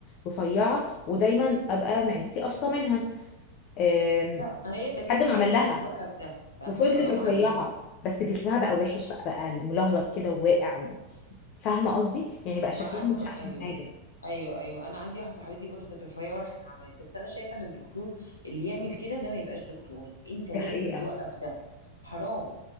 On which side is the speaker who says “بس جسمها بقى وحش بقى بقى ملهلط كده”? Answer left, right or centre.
Left